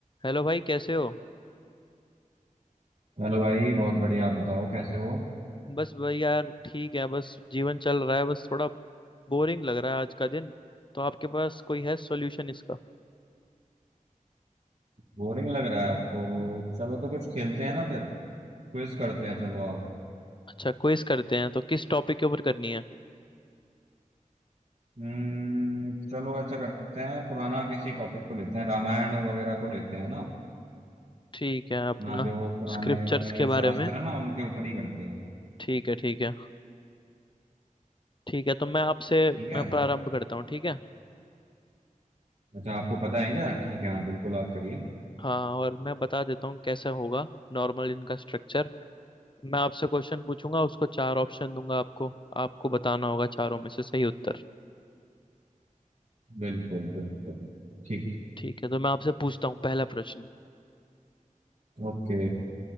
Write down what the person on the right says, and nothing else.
Hello भाई बहुत बढ़िया आप बताओ कैसे हो
बोरिंग लग रहा है आपको चलो तो कुछ खेलते हैं ना फिर क्विज करते हैं चलो आओ
हम्म चलो ऐसा करते हैं पुराना किसी टॉपिक को लेते हैं रामायण वगैरह को लेते हैं ना
ना जो पुराने
अपने
शास्त्र
है ना उनके ऊपर ही करते हैं
ठीक
है
अच्छा आपको पता है क्या ठीक है हाँ बिल्कुल आप करिए
बिल्कुल बिल्कुल ठीक
ओके